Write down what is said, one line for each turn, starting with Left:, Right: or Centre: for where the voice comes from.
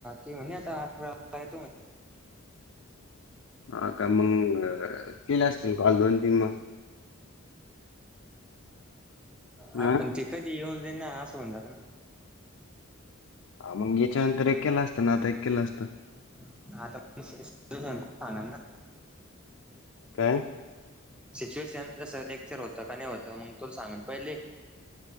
Centre: ती म्हणणे आता अकरा वाजता येतो म्हणे
Left: हा का मग केले असतील काल दोन तीन मग
Centre: ह
Left: हा.
Centre: पण ते कधी येऊन देईना असं होऊन जात ना.
Left: हा मग याच्यानंतर एक केला असतं ना आता एक केलं असतं.
Centre: <unintelligible>
Left: काय?
Centre: सिच्युएशन जसं लेक्चर होतं का नाही होतं मग तुला सांगत पहिले.